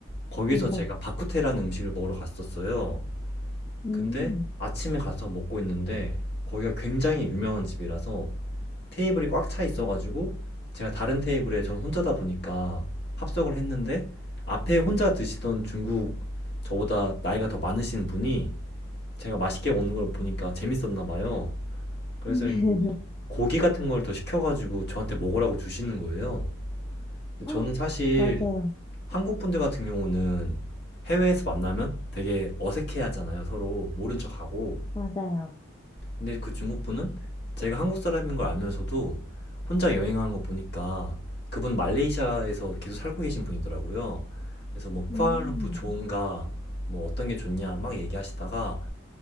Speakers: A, on the left; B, on the left.
A: 거기서
B: 네.
A: 제가 바쿠테라는 음식을 먹으러 갔었어요.
B: 음.
A: 근데 아침에 가서 먹고 있는데 거기가 굉장히 유명한 집이라서 테이블이 꽉 차 있어가지고 제가 다른 테이블에 저는 혼자다 보니까 합석을 했는데 앞에 혼자 드시던 중국 저보다 나이가 더 많으신 분이 제가 맛있게 먹는 걸 보니까 재밌었나 봐요. 그래서
B: <laughs>
A: 이제 고기 같은 걸 더 시켜가지고 저한테 먹으라고 주시는 거예요. 근데
B: 어,
A: 저는 사실
B: 맞아요.
A: 한국 분들 같은 경우는 해외에서 만나면 되게 어색해 하잖아요. 서로 모른 척하고.
B: 맞아요.
A: 근데 그 중국분은 제가 한국 사람인 걸 알면서도 혼자 여행하는 거 보니까 그분 말레이시아에서 계속 살고 계신 분이더라고요. 그래서 뭐 쿠알푸프
B: 음.
A: 좋은가, 뭐 어떤 게 좋냐 막 얘기하시다가